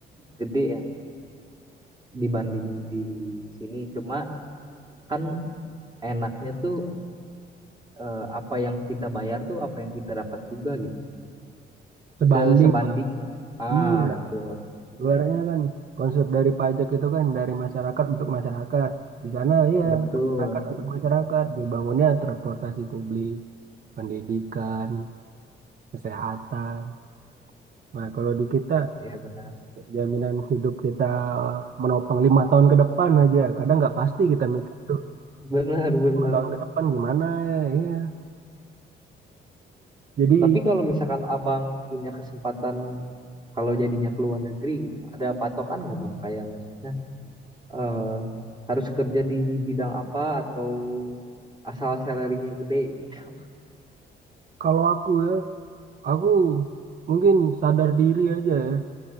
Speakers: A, on the right; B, on the right.
A: gede ya dibanding di sini. Cuma kan enaknya tuh eh, apa yang kita bayar tuh apa yang kita dapat juga gitu.
B: Sebanding,
A: Se- Sebanding lah. Ah,
B: iya,
A: betul.
B: luarnya kan konsep dari pajak itu kan dari masyarakat untuk masyarakat. Di sana iya,
A: Betul.
B: masyarakat untuk masyarakat, dibangunnya transportasi publik pendidikan, kesehatan. Nah, kalau di kita
A: Iya benar.
B: jaminan hidup kita menopang lima tahun ke depan aja. Kadang nggak pasti kita mikir tuh
A: Benar benar
B: lima tahun ke depan gimana ya. Iya. Jadi
A: Tapi kalau misalkan abang punya kesempatan kalau jadinya ke luar negeri gitu, ada patokan nggak bang? Kayak maksudnya eh, harus kerja di bidang apa atau asal salary-nya gede gitu?
B: kalau aku ya, aku mungkin sadar diri aja ya.